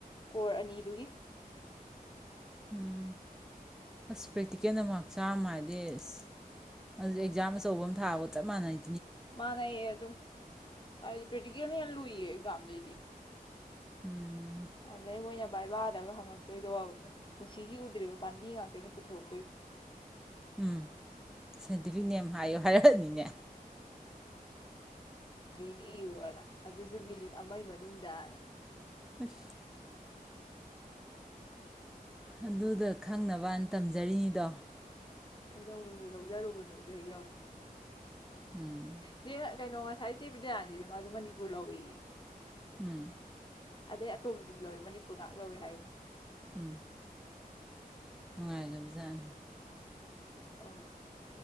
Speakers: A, on the left; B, in the centre.
A: ꯀꯣꯔ ꯑꯅꯤꯗꯨꯒꯤ
B: ꯎꯝ ꯑꯁ ꯄ꯭ꯔꯦꯛꯇꯤꯀꯦꯜꯗ ꯃꯥꯔꯛ ꯌꯥꯝꯥ ꯍꯥꯏꯗꯤ ꯑꯁ ꯑꯗꯨ ꯑꯦꯛꯖꯥꯝ ꯑꯆꯧꯕ ꯑꯃ ꯊꯥꯒ ꯆꯞ ꯃꯥꯟꯅꯩ
A: ꯃꯥꯅꯦ ꯑꯗꯨꯝ ꯍꯥꯏꯗꯤ ꯄꯦꯇꯒꯤꯅꯤ ꯌꯥꯝꯅ ꯂꯨꯏꯌꯦ ꯑꯦꯖꯝꯗꯔ
B: ꯎꯝ
A: ꯑꯗꯩ ꯃꯣꯏꯅ ꯕꯥꯏꯕꯥꯗꯒ ꯍꯪꯉꯛꯇꯣꯏꯗꯣ ꯄꯨꯟꯁꯤꯒꯤ ꯎꯗ꯭ꯔꯤꯕ ꯄꯥꯝꯕꯤ ꯉꯥꯛꯇꯅꯤ ꯄꯨꯊꯣꯔꯛꯇꯣꯏꯗꯣ
B: ꯎꯝ ꯁꯥꯏꯟꯇꯤꯐꯤꯛ ꯅꯦꯝ ꯍꯥꯏꯌꯣ ꯍꯥꯏꯔꯛꯑꯅꯤꯅꯦ
A: ꯃꯤꯅꯤ ꯏꯌꯨꯅ ꯑꯗꯨꯁꯨ ꯃꯤꯅꯤꯠ ꯑꯃꯒꯤ ꯃꯅꯨꯡꯗꯅ
B: ꯑꯁ ꯑꯗꯨꯗ ꯈꯪꯅꯕꯅ ꯇꯝꯖꯔꯤꯅꯤꯗꯣ
A: ꯀꯩꯗꯧꯅꯨꯡꯒꯤ ꯂꯧꯖꯔꯨꯕꯅꯣꯗ ꯍꯦꯛ ꯌꯥꯎꯏ
B: ꯎꯝ
A: ꯆꯦ ꯀꯩꯅꯣ ꯉꯁꯥꯏ ꯆꯦ ꯕꯤꯗꯌꯥꯅꯤꯗ ꯃꯥꯁꯨ ꯃꯅꯤꯄꯨꯔ ꯂꯧꯏ
B: ꯎꯝ
A: ꯑꯗꯩ ꯑꯇꯣꯞꯄꯗꯨꯁꯨ ꯂꯧꯋꯦ ꯃꯅꯤꯄꯨꯔ ꯉꯍꯥꯛ ꯂꯧꯋꯦ ꯍꯥꯏ
B: ꯎꯝ ꯅꯨꯡꯉꯥꯏꯒꯕꯖꯥꯠꯅꯤ
A: ꯑꯧ